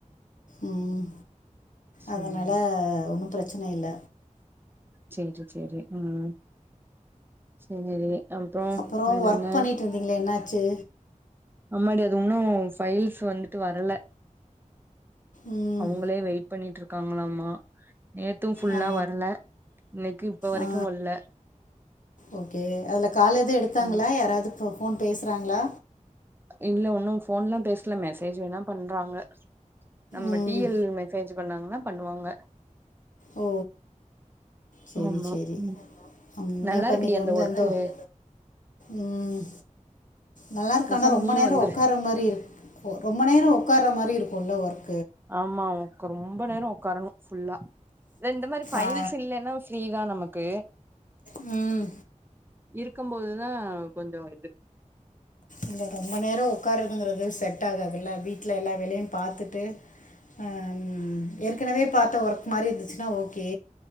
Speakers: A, on the left (about 70°); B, on the right (about 15°).
A: ம்
B: சேரிடி
A: அதனால ஒன்னு பிரச்சனை இல்ல
B: செரி செரி ம் செரி அப்றோ
A: அப்புறம்
B: வேறென்ன
A: ஒர்க் பண்ணிட்டு இருந்தீங்களே என்னாச்சு
B: அமாடி அது இன்னு ஃபைல்ஸ் வந்துட்டு வரல
A: ம்
B: அவங்களே வெயிட் பண்ணிட்டு இருக்காங்களாமா நேத்து ஃபுல்லா
A: ஆ
B: வரல இன்னைக்கு இப்ப வரைக்கு
A: ஆ
B: வல்ல
A: ஓகே அதுல கால் எதும் எடுத்தாங்களா
B: ம்
A: யாராது இப்போ ஃபோன் பேசுறாங்களா
B: இல்ல ஒன்னு போன்ல்லா பேச ல்ல மெசேஜ் வேணா பண்றாங்க நம்ம
A: ம்
B: டி எல் மெசேஜ் பண்ணாங்கன்னா பண்ணுவாங்க
A: ஓ செரி
B: ஆமா
A: செரி
B: ம்
A: ம்
B: நல்லா
A: எப்ப
B: இருக்குடி
A: இன்னைக்கு
B: அந்த
A: ஒண்ணு
B: ஒர்க்கு
A: எந்த ஒர்க் ம் நல்லா இருக்கு
B: பேசாம
A: ஆனா ரொம்ப
B: நீயு
A: நேர
B: வந்துரு
A: உக்கார மாரி இருக் ரொம்ப நேரோ ஒக்கார மாரி இருக்குல ஒர்க்
B: ஆமா ரொம்ப நேரோ ஒக்காரணு ஃபுல்லா இந்த மாரி ஃபைல்ஸ்
A: ஆ
B: இல்லன்னா ஃப்ரீதா நமக்கு
A: ம்
B: இருக்கும்போதுதா கொஞ்சோ இது
A: இல்ல ரொம்ப நேரோ உக்காருதுங்கறது செட் ஆகதுல்ல வீ ட்ல எல்லா வேலையு பாத்துட்டு ம் ஏற்கனவே பார்த்த ஒர்க் மாரி இருந்துச்சுன்னா ஓகே